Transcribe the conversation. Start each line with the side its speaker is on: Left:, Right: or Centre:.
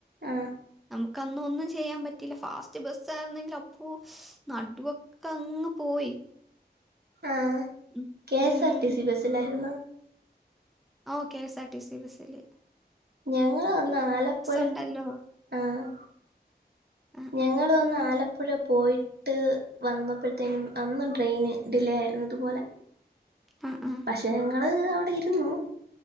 Right: ആഹ്
Centre: നമുക്ക് അന്ന് ഒന്നും ചെയ്യാൻ പറ്റില്ല ഫാസ്റ്റ് ബസ്സ് ആര്ന്നെങ്കിൽ അപ്പോ നടുവൊക്കെ അങ്ങ് പോയി
Right: ആഹ്
Centre: ഉം,
Right: കെ എസ്
Centre: ഉം.
Right: ആർ ടി സി ബസ്സിലാരുന്നോ?
Centre: ഓ K S R T C ബസ്സില്
Right: ഞങ്ങള് അന്ന് ആലപ്പുഴ
Centre: ഉണ്ടല്ലോ
Right: ആഹ്
Centre: ആ
Right: ഞങ്ങളും
Centre: ആ
Right: അന്ന് ആല പ്പുഴ പോയിട്ട് വന്നപ്പഴത്തേനും അന്നും ട്രെയിൻ ഡിലേ ആയിര്ന്നു ഇതുപോലെ
Centre: ആ ആ
Right: പക്ഷെ ഞങ്ങള് അവിടെ ഇരുന്നു